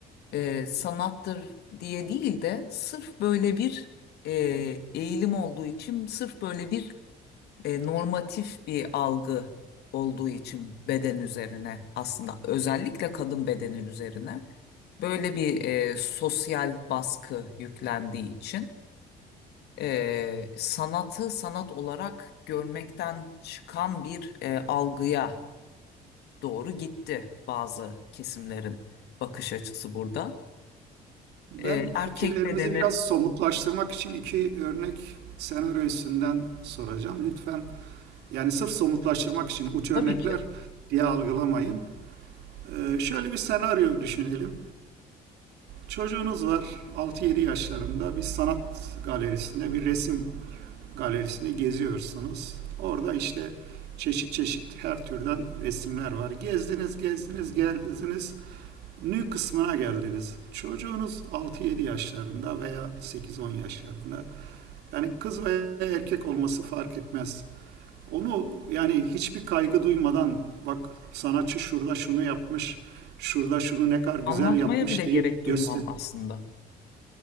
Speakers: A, on the left; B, on the right.
A: Ee, sanattır diye değil de sırf böyle bir e, eğilim olduğu için, sırf böyle bir e, normatif bir algı olduğu için beden üzerine aslında özellikle kadın bedeni üzerine böyle bir e, sosyal baskı yüklendiği için e, sanatı sanat olarak görmekten çıkan bir e, algıya doğru gitti bazı kesimlerin bakış açısı burada.
B: Ben
A: Ee,
B: fikirlerimizi
A: erkek bedeni
B: biraz somutlaştırmak için iki örnek senaryo üstünden soracağım. Lütfen yani sırf somutlaştırmak için uç örnekler
A: tabii ki
B: diye algılamayın. Ee, şöyle bir senaryo düşünelim. Çocuğunuz var altı yedi yaşlarında bir sanat galerisinde bir resim galerisinde geziyorsunuz. Orada işte çeşit çeşit her türden resimler var. Gezdiniz, gezdiniz, gezdiniz nü kısmına geldiniz. Çocuğunuz altı yedi yaşlarında veya sekiz on yaşlarında. Yani kız veya erkek olması fark etmez. Onu yani hiçbir kaygı duymadan bak sanatçı şurada şunu yapmış, şurada şunu ne kadar güzel
A: anlatmaya
B: yapmış
A: bile gerek
B: deyip
A: duymam
B: göster.
A: aslında.